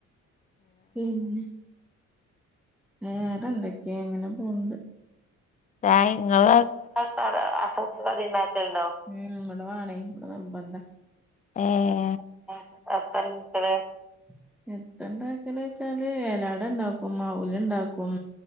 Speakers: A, in the centre; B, on the left.
A: പിന്നെ വേറെന്തെക്കേ ഇങ്ങനെ പോവ്ണ്ട്.
B: ചായിം ഇങ്ങള
A: <unintelligible> അസർക്ക് കടി ഇണ്ടാക്കേണ്ടോ? ഉം. ഇബടെ മാണേ ഇബടെ നിർബന്ധാ.
B: ഏഹ്.
A: <unintelligible> എത്ത <unintelligible> എത്ത ഇണ്ടാക്കല് വച്ചാല് എലയടണ്ടാക്കും അവല് ണ്ടാക്കും.